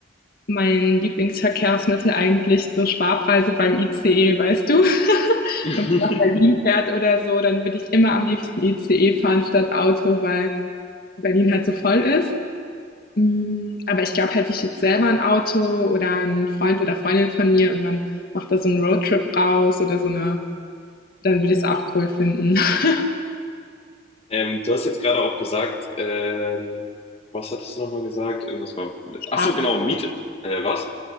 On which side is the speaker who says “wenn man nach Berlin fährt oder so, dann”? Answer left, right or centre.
Left